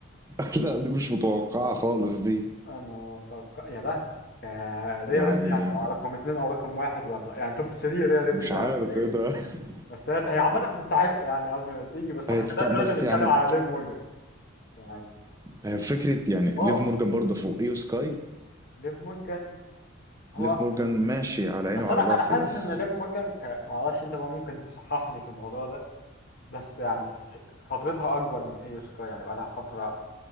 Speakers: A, on the right (about 15°); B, on the left (about 45°).
A: <laughs> لا دي مش متوقعه خالص دي
B: انا اتوقع يا لهوي يا ريا
A: يعني
B: ريبلي هتبقى رقم اتنين او رقم واحد ولا إيه؟ يعني توب 3 ريا ريبلي
A: مش
B: ده
A: عارف
B: مبدئيا
A: ايه ده <laughs>
B: بس هي هي عامة بتستحق يعني قبل ما تيجي بس
A: هي
B: خلينا
A: تست... بس
B: دلوقتي نتكلم
A: يعني
B: على ليف مورجان يعني
A: هي فكرة يعني
B: واو
A: ليف مورجان برضه فوقيه وسكاي
B: ليف مورجان هو
A: ليف مورجان ماشي على عيني
B: بس
A: وعلى
B: انا
A: راسي
B: انا حاسس
A: بس
B: ان ليف مورجان ك... ما اعرفش انت بقى ممكن تصححني في الموضوع ده بس يعني فترتها اكبر من اي سكاي يعني بقى لها فترة